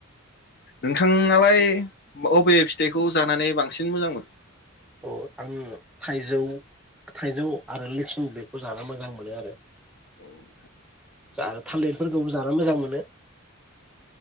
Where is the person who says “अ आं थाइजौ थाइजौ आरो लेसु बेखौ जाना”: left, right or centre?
Centre